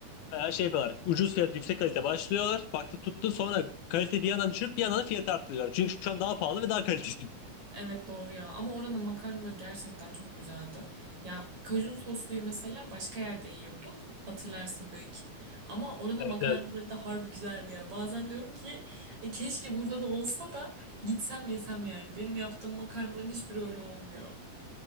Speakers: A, on the left; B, on the right.
A: Her şey yapıyorlar. Ucuz fiyat, yüksek kalite başlıyorlar. Baktı tuttu sonra kalite bir yandan düşürüp bir yandan fiyat arttırıyorlar. Çünkü şu an daha pahalı ve daha kalitesiz. <laughs>
B: Evet doğru ya. Ama oranın makarnaları gerçekten çok güzeldi. Ya kajun sosluyu mesela başka yerde yiyorduk. Hatırlarsın belki. Ama oranın
A: Evet
B: makarnaları
A: evet.
B: da harbi güzeldi ya. Bazen diyorum ki "E, keşke burada da olsa da gitsem yesem yani. Benim yaptığım makarnaların hiçbiri öyle olmuyor.